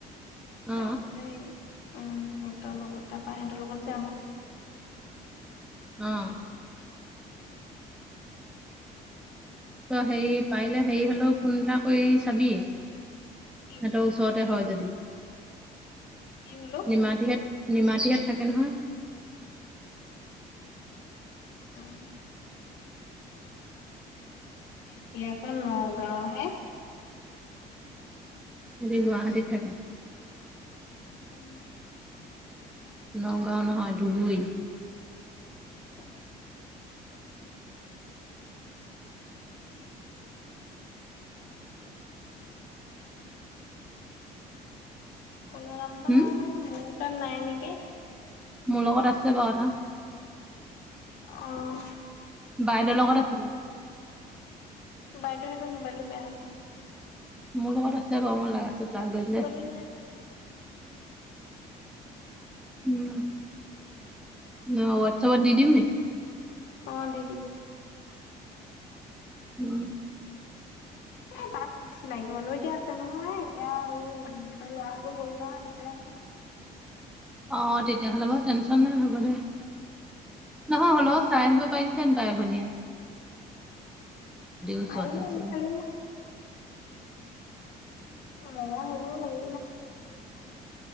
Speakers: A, in the centre; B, on the left (about 85°).
A: অ,
B: তাৰপিছতে এই উম হেতৰ লগত তাৰপা হেতৰ লগত যাম আউ
A: উম ত হেৰি পাৰিলে হেৰি হলেও ফোন এটা কৰি চাবি হেত
B: কি
A: চতে হয় যদি
B: কি হল অউ
A: নিমাতীহেত নিমাতীহেট থাকে নহয়
B: অ এতিয়া আকৌ নগাঁও হে
A: এটি গুৱাহাটীত থাকে
B: অ
A: নগাঁও নহয় ধুবুই
B: <unintelligible> কল নাম্বা
A: হুম?
B: মোৰ তাত নাই নেকি
A: মোৰ লগত আছে বাউ এটা
B: অহ
A: বাইদেউৰ লগত আছিলে
B: বাইদেউ হেত মোবাইলটো বেয়া হ'ল ন
A: মোৰ লগত আছে বাউ মই লাই আছো তা গেজলে
B: নে
A: উম অ ৱাটছপত দি দিম নি
B: অ দি দিবি
A: উম
B: এ তাত চিনাকি মানুহ এতিয়া আছে নহয় এতিয়া হেই ল'ৰাটো গ'ল নহয় তাতে আছে
A: অ তেতিয়াহ'লে বাউ টেনচন নাই হ'ব দে নহয় হলেও চাই আহিব পাৰিলি হেতেন বাই ভনিয়ে ওচৰতে
B: পাৰিলো
A: আছিলে
B: খালি মু মউ সেইবোৰ হেই